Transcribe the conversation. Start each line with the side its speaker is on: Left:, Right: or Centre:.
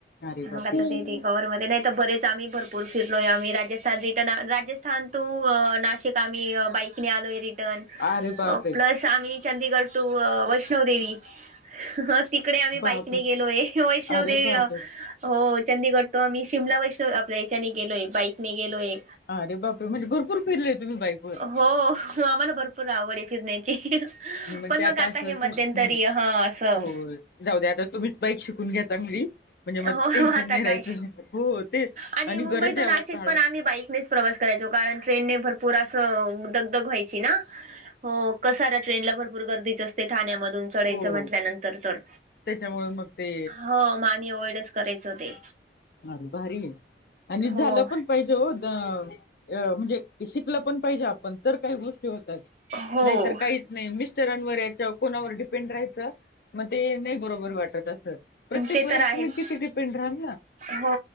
Left: अरे
Right: मग
Left: बापरे
Right: आता ते कवरमध्ये नाही तर बरेच आम्ही भरपूर फिरलोय आम्ही राजस्थान रिटर्न राजस्थान टू नाशिक आम्ही बाईकने आलोय रि टन
Left: अरे बापरे
Right: प्लस आम्ही चंदीगड टू वैष्णव देेवी हं हं तिकडे आम्ही
Left: बापरे
Right: बाईकने गेलोय ए वैष्णव
Left: अरे
Right: देेवी
Left: बापरे
Right: हो चंदीगड तो आम्ही शिमला वैष्णव आपल्या ह्याच्याने गेलोय बाईकने गेलोय
Left: आरे बापरे! म्हणजे भरपूर फिरलेय तुम्ही बाईक वर?
Right: हो आम्हाला भरपूर आवडय फिरण्याची
Left: मग
Right: पण
Left: ते आता अस होत
Right: हे मध्यंतरी
Left: हम्
Right: हा असं
Left: होय जाऊ द्या आता तुम्ही बाईक शिकून घ्या चांगली म्हणजे मग
Right: हो
Left: टेन्शन
Right: आता
Left: नाही राहायचं
Right: काय
Left: हो ते
Right: आणि मुंबई
Left: गरज आहे
Right: टू नाशिक
Left: अहो काळात
Right: पण आम्ही बाईकनेच प्रवास करायचो कारण ट्रेनने भरपूर असं दगदग व्हायची ना? हो कसारा ट्रेनला भरपूर गर्दीच असते ठाण्यामधून चढायचं
Left: हो
Right: म्हटल्यानंतर तर
Left: त्याच्यामुळे मग ते
Right: हो आम्ही ॲव्हाॅइडच करायचं ते
Left: अरे भारीय आणि झालं
Right: हो
Left: पण पाहिजे हो अ म्हणजे शिकलं पण पाहिजे आपण तर काही गोष्टी होतात
Right: हो
Left: नाही तर काहीच नाही मी <unintelligible> कोणावर डिपेंड राहायचं? मग ते नाही बरोबर वाटत असं प्रत्येक
Right: ते
Left: वेळेस
Right: तर आहेच
Left: तुम्ही किती डिपेंड राहाल ना?
Right: हो